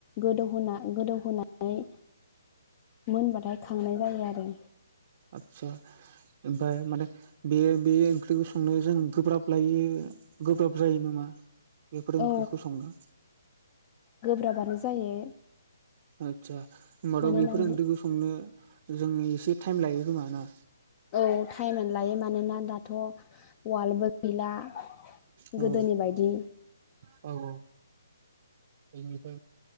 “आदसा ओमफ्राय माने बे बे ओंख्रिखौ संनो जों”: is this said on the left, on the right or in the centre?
Right